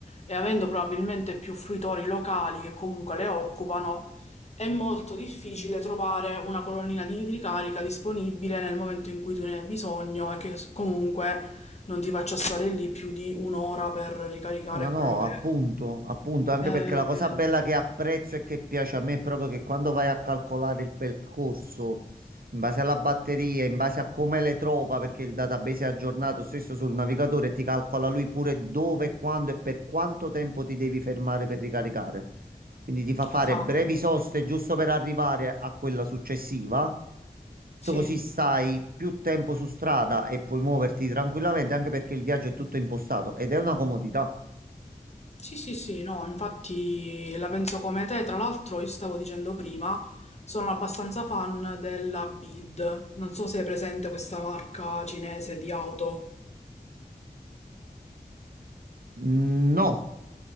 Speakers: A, on the left (about 45°); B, on the right (about 70°).
A: e avendo probabilmente più fruitori locali che comunque le occupano, è molto difficile trovare una colonnina di ricarica disponibile nel momento in cui tu ne hai bisogno e che s- comunque non ti faccia stare lì più di un'ora per ricaricare
B: Eh, No, no,
A: quello che...
B: appunto, appunto, anche
A: Eh,
B: perché la cosa bella che apprezzo e che piace a me è proprio che quando vai a calcolare il percorso in base alla batteria, in base a come le trova, perché il database è aggiornato stesso sul navigatore, ti calcola lui pure dove, quando e per quanto tempo ti devi fermare per ricaricare. Quindi ti fa fare
A: esatto,
B: brevi soste giusto per arrivare a quella successiva.
A: sì.
B: Tu così stai più tempo su strada e puoi muoverti tranquillamente, anche perché il viaggio è tutto impostato ed è una comodità.
A: Sì, sì, sì, no, infatti la penso come te. Tra l'altro, io stavo dicendo prima, sono abbastanza fan della BID. Non so se è presente questa marca cinese di auto.
B: Mm, No,